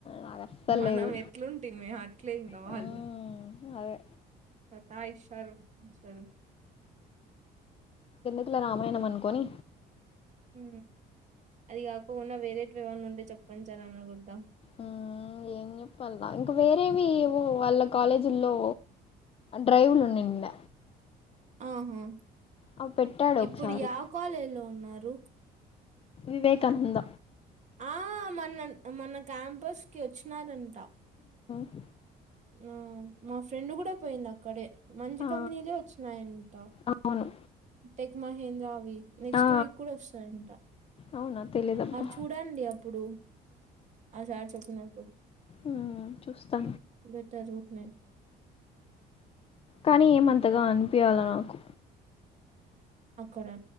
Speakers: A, on the left; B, on the right.
A: నాకు అస్సలు
B: మనం
A: లేదు
B: ఎట్లుంటే మే అట్లే ఇంకా
A: హ్మ్
B: వాళ్ళు
A: అదే
B: సత్తాయిచారు సా
A: అట్లా రామాయణం అనుకోని
B: ఉ అది కాకుండా వేరే ఎవన్న ఉంటే చెప్పంచాల అన్నకుద్దా
A: ఆ ఏం చెప్పలా ఇంకా వేరేవి వాళ్ళ కాలేజీల్లో డ్రైవూలు ఉన్నాయ్ నిన్న
B: ఆహా
A: అవి పెట్టాడు ఒకసారి
B: ఇప్పుడు యా కాలేజీలో ఉన్నారు
A: వివేకానంద
B: ఆ మన మన క్యాంపస్ కి వచ్చినారంట
A: అ
B: ఆ మా ఫ్రెండ్ కూడా పోయింది అక్కడే మంచి
A: ఆ
B: కంపెనీలు వచ్చినాయంట
A: అవును
B: టెక్ మహేంద్ర అవి నెక్స్ట్
A: ఆ
B: వీక్ కూడా వస్తాయంట
A: అవునా తెలీదబ్బా
B: చూడండి అప్పుడు అ సర్ చెప్పు నాకు
A: ఉ చూస్తా
B: బెటర్ ఉన్నాయి
A: కానీ ఏమంతగా అనిపియాల నాకు
B: అక్కడా